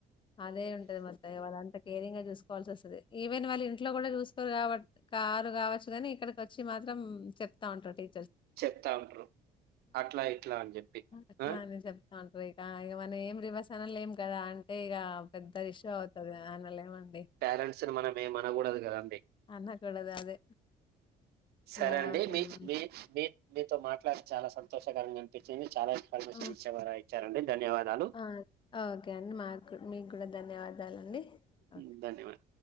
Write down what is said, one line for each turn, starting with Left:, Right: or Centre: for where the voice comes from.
Left: అదే ఉంటది మొత్త ఇగ వాళ్ళంతా కేరింగ్ గా జూసుకోవాల్సి వొస్తది ఈవెన్ వాళ్ళ ఇంట్లో కూడా చూసుకోరు కాబట్ కారు గావచ్చు గాని ఇక్కడికొచ్చి మాత్రం చెప్తా ఉంటా టీ
Right: చెప్తా ఉంట్రూ అట్లా ఇట్లా అని జెప్పి
Left: అట్లా
Right: ఆ
Left: అని చెప్తా ఇక ఇగ మనం ఏం రివర్స్ అనలేం కదా అంటే ఇగ పెద్ద ఇష్యూ అవుతది గదా అనలేమన్
Right: ప్యారెంట్స్ని మనం ఏమనగూడదు గదా
Left: అనకూడదు అదే.
Right: సరేండి
Left: అలా అవుతుందండి.
Right: మీ మీచ్ మీ మీతో మాట్లాడి చాలా సంతోషకరంగా అనిపిచ్చింది చాలా ఇన్ఫర్మేషన్
Left: ఆ!
Right: ఇచ్చేవార ఇచ్చారండి ధన్యవాదాలు
Left: ఆ ఆఓకే అండి మాక్ మీకు కూడా ధన్యవాదాలండి
Right: హ్మ్
Left: ఓకే.
Right: ధన్యవాదాలు